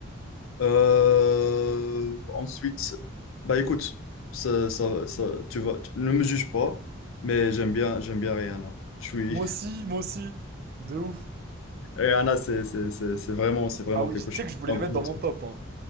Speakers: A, on the left (about 70°); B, on the right (about 50°).
A: Euh, Ensuite, bah écoute, ça, ça, ça- tu vas, tu- ne me juge pas, mais j'aime bien, j'aime bien Rihanna. Je suis,
B: Moi aussi, moi aussi. De ouf.
A: Et Anna, c'est c'est- c'est- c'est vraiment, c'est vraiment
B: Ah oui,
A: quelque
B: tu
A: chose.
B: sais que je voulais
A: En
B: le
A: gros,
B: mettre dans mon top, hein.